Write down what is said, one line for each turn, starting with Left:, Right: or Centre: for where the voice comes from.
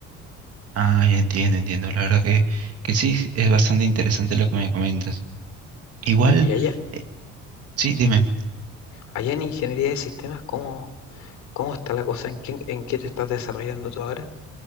Right: Ah, ya entiendo, entiendo. La verdad que, que sí, es bastante interesante lo que me comentas. Igual,
Left: Y allá,
Right: eh, sí, dime.
Left: allá en ingeniería de sistemas, ¿cómo, cómo está la cosa? ¿En qué, en qué te estás desarrollando tú ahora?